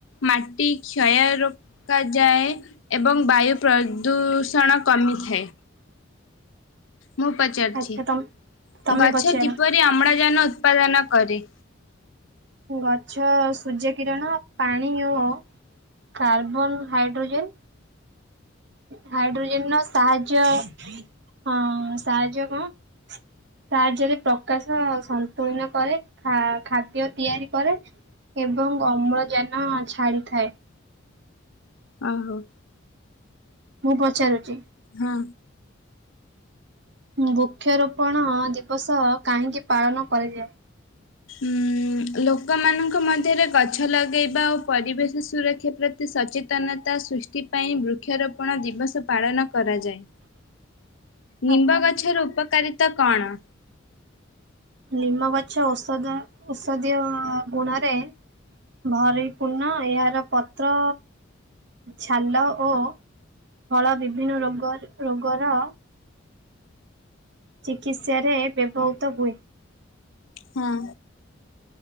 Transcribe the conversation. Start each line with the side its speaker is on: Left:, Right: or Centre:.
Left: ମାଟି କ୍ଷୟରୁ ରୋକାଯାଏ ଏବଂ ବାୟୁ ପ୍ରଦୂଷଣ କମିଥାଏ। ମୁଁ ପଚାରୁିଛି
Right: ଆଚ୍ଛା ତମ ତମେ
Left: ଗଛ
Right: ପଚାର
Left: କିପରି ଅମ୍ଳଜାନ ଉତ୍ପାଦନ କରେ?
Right: ଗଛ ସୂର୍ଯ୍ୟ କିରଣ ପାଣି ଓ କାର୍ବନ ହାଇଡ୍ରୋଜେନ୍ ହାଇଡ୍ରୋଜେନ୍ ର ସାହାଯ୍ୟ ହଁ ସାହାଯ୍ୟ କଣ? ସାହାଯ୍ୟରେ ପ୍ରକାଶ ସନ୍ତୁଳିନ କରେ। ଖା ଖାଦ୍ୟ ତିଆରି କରେ ଏବଂ ଅମ୍ଳଜାନ ଛାଡିଥାଏ।
Left: ଓହୋ।
Right: ମୁଁ ପଚାରୁଚି।
Left: ହଁ।
Right: ବୃକ୍ଷରୋପଣ ଦିବସ କାହିଁକି ପାଳନ କରାଯାଏ?
Left: ଉଁ ଲୋକମାନଙ୍କ ମଧ୍ୟରେ ଗଛ ଲଗେଇବା ଓ ପରିବେଶ ସୁରକ୍ଷା ପ୍ରତି ସଚେତନତା ସୃଷ୍ଟି ପାଇଁ ବୃକ୍ଷରୋପଣ ଦିବସ ପାଳନ କରାଯାଏ।
Right: <inaudible>
Left: ନିମ୍ବ ଗଛର ଉପକାରିତା କଣ?
Right: ଲିମ ଗଛ ଓସଦ ଓଷଦିୟ ଗୁଣରେ ଭରି ପୂର୍ଣ ଏହାର ପତ୍ର ଛାଲ ଓ ଫଳ ବିଭିନ୍ନ ରୋଗ ରୋଗର ଚିକିତ୍ସାରେ ବ୍ୟବହୃତ ହୁଏ।
Left: ହଁ।